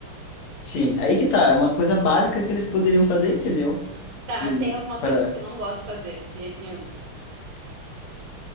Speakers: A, on the left (about 85°); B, on the right (about 80°).
A: sim. Aí que tá, é umas coisas básicas que eles poderiam fazer, entendeu?
B: Hum. Tá,
A: Que
B: mas tem alguma
A: para
B: coisa que você não gosta de fazer, de jeito nenhum?